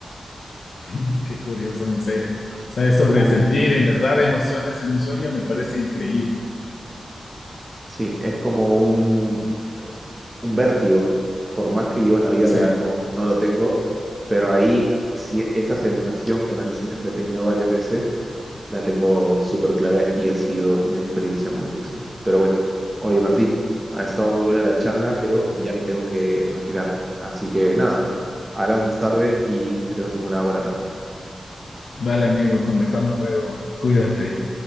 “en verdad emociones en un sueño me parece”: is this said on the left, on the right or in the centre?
Left